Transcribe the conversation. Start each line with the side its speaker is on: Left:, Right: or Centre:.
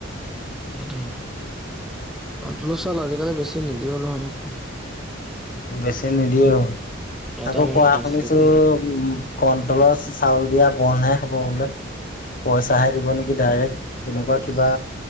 Centre: সেইটোৱেই। কণ্টলৰ চাউল আজিকালি বেছি নিদিয়েও নহয় আকৌ।
Left: বেছি নিদিয়েও
Centre: এটা
Left: আকৌ
Centre: মানুহৰ
Left: কোৱা
Centre: পাঁচ
Left: শুনিছোঁ
Centre: কেজি দিয়ে।
Left: উম কণ্টলৰ চাউল দিয়া বন্ধহে হ'ব বোলে। পইচাহে দিব নে কি ডাইৰেক্ট তেনেকুৱা কিবা